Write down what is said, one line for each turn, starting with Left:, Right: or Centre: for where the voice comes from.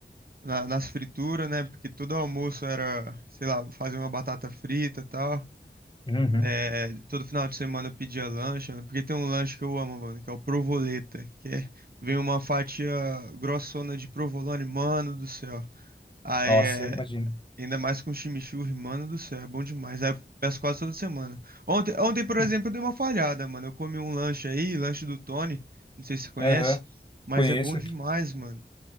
Right: na- nas frituras, né? Porque todo almoço era, sei lá, fazer uma batata frita e tal.
Left: Uhum.
Right: É, todo final de semana eu pedia lanche, mano, porque tem um lanche que eu amo, mano, que é o provoleta, que é, vem uma fatia grossona de provolone, mano do céu. Aí
Left: Nossa,
Right: é
Left: eu imagino.
Right: Ainda mais com chimichurri, mano do céu, é bom demais. Aí eu peço quase toda semana. Ontem, ontem,
Left: <laughs>
Right: por exemplo, eu dei uma falhada, mano. Eu comi um lanche aí, lanche do Tony, não sei se você conhece,
Left: Aham.
Right: mas
Left: Conheço.
Right: é bom demais, mano.